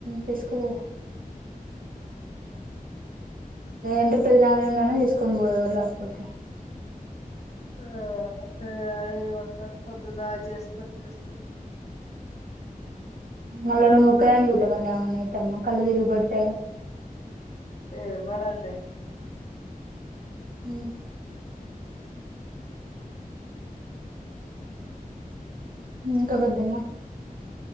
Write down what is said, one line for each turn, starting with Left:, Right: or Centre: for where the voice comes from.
Right: తీసుకోపో
Left: హ
Right: ంటే పెది నాడినే తీసుకొని పోయ ఎవరు రాకపోతే
Left: ఆ ఫర వట్టారు పొద్దా చేసుకొ చేసుకో
Right: మళ్ళా న కని ఉత మళ్ళ అనైతమ్ కళ్ళ తిరిగి బడతాడ
Left: ఏ వాడాల
Right: హ ఉ కబద్దమ్మా